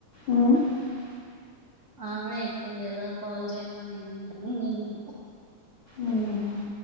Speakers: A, on the left (about 70°); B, on the right (about 60°).
A: ఆ <inaudible>
B: ఆమె చెప్పింది కదా కాల్ చేయమని అని నేను
A: ఏమో